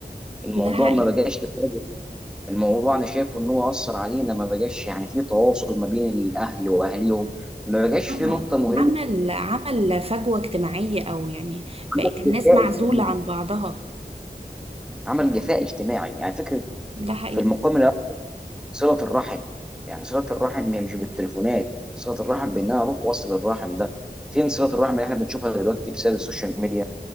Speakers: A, in the centre; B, on the right.
A: الموضوع
B: <laughs> ده حقيقي
A: ما بقاش للدرجة دي. الموضوع انا شايفه ان هو اثر علينا ما بقاش يعني في تواصل ما بين الاهل واهليهم ما بقاش
B: اه
A: في نقطه مهمه
B: عمل عمل فجوة اجتماعية او يعني بقت
A: عمل
B: الناس
A: جفاء
B: معزولة
A: اجتماعي
B: عن بعضها
A: عمل جفاء اجتماعي يعني فكره
B: ده حقيقي
A: في المقام صلة الرحم يعني صلة الرحم هي مش بالتليفونات صلة الرحم بإن أنا أروح وأصل الرحم ده فين صلة الرحم اللي إحنا بنشوفها دلوقتي بسبب السوشيال ميديا